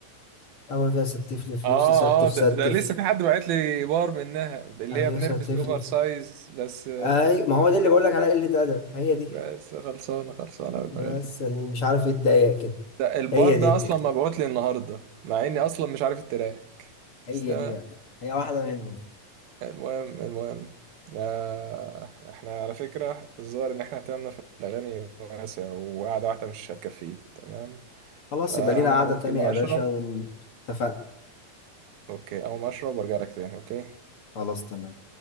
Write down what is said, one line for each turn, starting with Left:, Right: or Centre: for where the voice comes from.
Left: اول فيها ستف لي فلوسي
Right: اه
Left: ستف
Right: اه ده,
Left: ستف
Right: ده لسه في حد بعت لي بار منها اللي
Left: ايوه
Right: هي بنلبس
Left: ستف
Right: اوفر
Left: لي ف...
Right: سايز بس
Left: اي ما هو ده اللي بقول لك عليها قلة ادب هي دي
Right: بس خلصانه خلصانه أوي دماغي.
Left: بس اللي مش عارف ايه اتضايق كده
Right: ده البار
Left: هي
Right: ده
Left: دي
Right: اصلا مبعوت لي النهارده مع اني اصلا مش عارف التراك
Left: هي
Right: بس تمام
Left: دي بقى هي واحدة منهم
Right: المهم المهم آه احنا على فكره الظاهر ان احنا اهتمامنا في الاغاني واسع وقعده واحده مش هتكفيه تمام
Left: خلاص
Right: فانا
Left: يبقى لينا قعدة
Right: هقوم
Left: تانية
Right: كده
Left: يا
Right: اشرب
Left: باشا واتفقنا
Right: اوكي اقوم اشرب وارجع لك تاني اوكي
Left: خلاص تمام